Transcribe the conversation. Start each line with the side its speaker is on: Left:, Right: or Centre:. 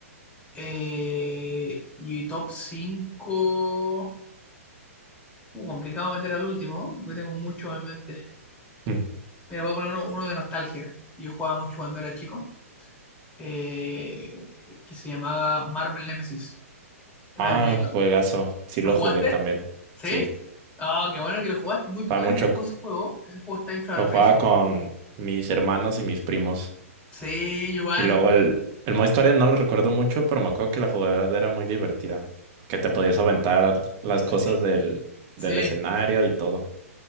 Left: Eh, y top cinco Uh, complicado meter al último, porque tengo mucho en mente.
Right: Mm.
Left: Mira, voy a poner uno, uno de nostalgia, que yo jugaba mucho cuando era chico, eh, que se llamaba Marvel Nemesis. Era
Right: Ah,
Left: de Play 2.
Right: juegazo. Sí
Left: ¿Lo
Right: lo
Left: jugaste?
Right: jugué también.
Left: ¿Sí?
Right: Sí,
Left: Ah, qué bueno que lo jugaste. Muy
Right: estaba
Left: poca
Right: mucho...
Left: gente jugó ese juego. Ese juego está infravaloradísimo.
Right: Lo jugaba con mis hermanos y mis primos.
Left: Sí, igual.
Right: Y luego el, el modo historia no lo recuerdo mucho, pero me acuerdo que la jugabilidad era muy divertida, que te podías aventar las
Left: Sí.
Right: cosas del, del
Left: Sí.
Right: escenario y todo,